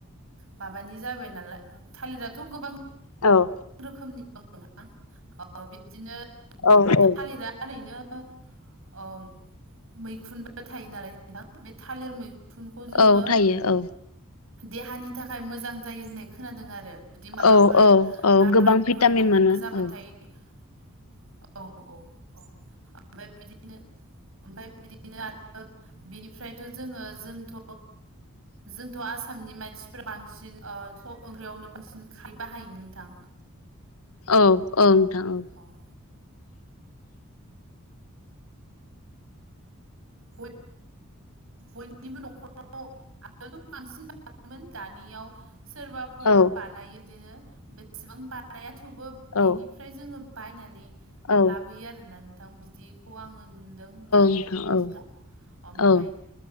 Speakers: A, on the right; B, on the left.
A: माबानि जाबाय नालाय थालिरथ' गोबां
B: औ
A: रोखोमनि दं नोंथां बिदिनो
B: औ औ
A: खालि दा ओरैनो अम मैखुनबो थायो नालाय नोंथां बे थालिर मैखुन मैखुनखौ जोङो
B: औ थायो औ
A: देहानि थाखाय मोजां जायो होननाय खोनादों आरो जुदि माबाफोर
B: औ औ औ
A: गारायफोर
B: गोबां भिटामिन
A: नामा
B: मोनो
A: जाबाथाय
B: औ
A: औ औ औ ओमफ्राय बिदिनो ओमफ्राय बिदिनो आरो बिनिफ्रायथ' जोङो जोंथ' जोंथ' आसामनि मानसिफोरा्रा बांसिन सब ओंख्रियावनो बांसिन खारै बाहायो नोंथां
B: औ औ नोंथां औ
A: औ बय बयनिबो न'खराव आगोलथ' बांसिन बोन दानियाव सोरबा फोर
B: औ
A: बानायो बिदिनो बेसेबां बानाया थेवबो बिनिफ्राय
B: औ
A: जोङो बायनानै
B: औ
A: लाबोयो आरोना नोंथां बिदिखौ आङो नुदों दानि
B: नोंथां
A: दिनाव
B: औ
A: ओमफ्राय
B: औ औ